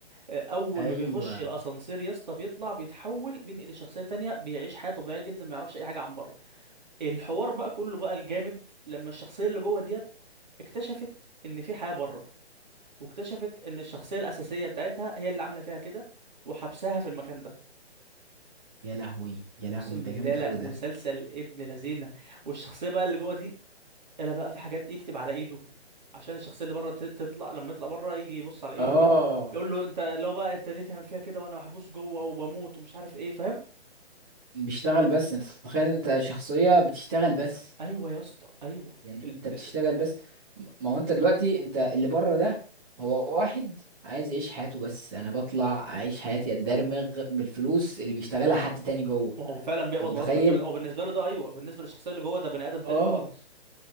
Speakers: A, on the right; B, on the right.
A: آه، اول
B: ايوه
A: ما بيخش الاسانسير يا اسطى بيطلع بيتحول بينقل لشخصية تانية بيعيش حياة طبيعية جدا ما يعرفش اي حاجة عن بره الحوار بقى كله بقى الجامد لما الشخصية اللي جوه ديت اكتشفت ان في حياة بره واكتشفت ان الشخصية الاساسية بتاعتها هي اللي عاملة فيها كده وحبسها في المكان ده
B: يا لهوي يا لهوي
A: اقسم
B: ده
A: بالله
B: جامد
A: لا
B: قوي
A: مسلسل
B: ده
A: ابن لذينه والشخصيه بقى اللي جوه دي الا بقى في حاجات يكتب على ايده عشان الشخصيه اللي بره ت- تطلع لما يطلع بره يجي يبص على ايده
B: اه
A: يقول له انت اللي هو بقى انت ليه تعمل فيها كده وانا محبوس جوه وبموت ومش عارف ايه فاهم
B: بيشتغل بس انت تتخيل انت شخصية بتشتغل بس
A: ايوه يا اسطى ايوه
B: يعني
A: ال...
B: انت بتشتغل
A: ال...
B: بس م- ما هو انت دلوقتي انت اللي بره ده هو واحد عايز يعيش حياته بس انا بطلع اعيش حياتي اتدرمغ بالفلوس اللي بيشتغلها حد تاني جوه
A: ما هو فعلا بيقبض
B: انت متخيل
A: مرتب جامد او بالنسبه له ده ايوه بالنسبه للشخصيه اللي جوه ده بني ادم تاني
B: اه
A: خالص